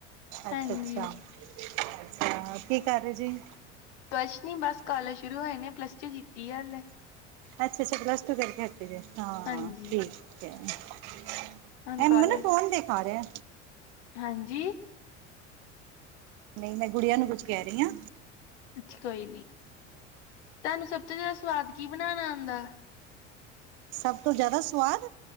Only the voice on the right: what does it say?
ਅੱਛਾ
ਅੱਛਾ ਅੱਛਾ ਕੀ ਕਰ ਰਹੇ ਜੀ?
ਅੱਛਾ ਅੱਛਾ ਪਲਸੂ ਕਰਕੇ ਹਟੀ ਜੇ ਹਾਂ
ਠੀਕ ਹੈ।
ਮੈਨੂੰ ਫੋਨ ਦਿਖਾ ਰਿਹਾ।
ਨਈ ਮੈਂ ਗੁੜੀਆਂ ਨੂੰ ਕੁੱਛ ਕਹਿ ਰੀ ਆਂ।
ਸਭ ਤੋਂ ਜਿਆਦਾ ਸਵਾਦ?